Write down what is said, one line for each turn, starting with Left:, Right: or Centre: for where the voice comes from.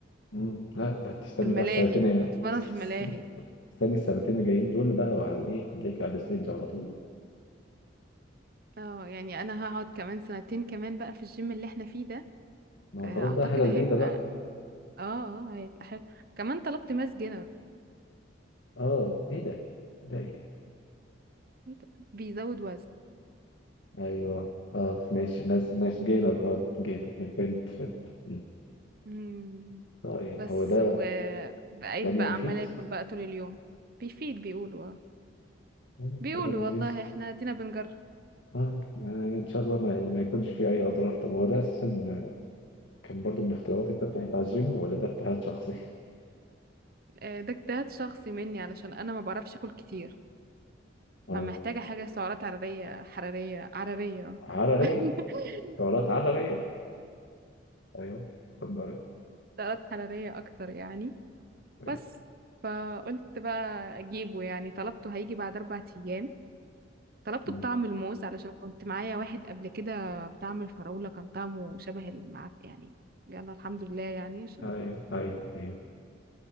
Left: مم، لا ده تستني
Right: في الملاهي
Left: بقى السنتين
Right: كنت بتمرن
Left: <laughs>
Right: في الملاهي
Left: استني السنتين اللي جايين دول بقى وعلى إيه هتلاقيك على الستيج على طول
Right: اه يعني انا هقعد كمان سنتين كمان بقى في الجيم اللي احنا فيه ده
Left: ما هو
Right: آه،
Left: خلاص
Right: اعتقد
Left: بقى حاجة جديدة
Right: هيبقى
Left: بقى
Right: اه اه هيبقى حلو كمان طلبت ماس جينر
Left: اه ايه ده ده ايه
Right: إيه ده؟ بيزود وزن
Left: ايوه اه ماشي ناس ناس جينر اه جينر فهمت فهمت مم.
Right: مم.
Left: طيب
Right: بس
Left: هو ده
Right: وبقيت
Left: ده بيفيد
Right: بقى عمالة اكل بقى طول اليوم بيفيد بيقولوا اه
Left: مم،
Right: بيقولوا
Left: حاجة لذيذة
Right: والله احنا ادينا بنجرب
Left: اه يعني ان شاء الله ما, ما يكونش فيه اي اضرار طب هو ده اساسا كان برضو من اختياراتي بتاعت بتاع الجيم ولا ده اجتهاد شخصي
Right: آه، ده اجتهاد شخصي مني علشان انا ما بعرفش اكل كتير
Left: اه
Right: فمحتاجة حاجة سعرات حرارية حرارية حرارية آه.
Left: عضلية
Right: <laughs>
Left: دورات عضلية ايوه اتفضل
Right: سعرات حرارية اكتر يعني
Left: ايوه
Right: بس فقلت بقى اجيبه يعني طلبته هيجي بعد اربع ايام طلبته
Left: مم.
Right: بطعم الموز علشان كنت معايا واحد قبل كده بطعم الفراولة كان طعمه شبه المع يعني يلا الحمد لله يعني عشان
Left: ايوه ايوه ايوه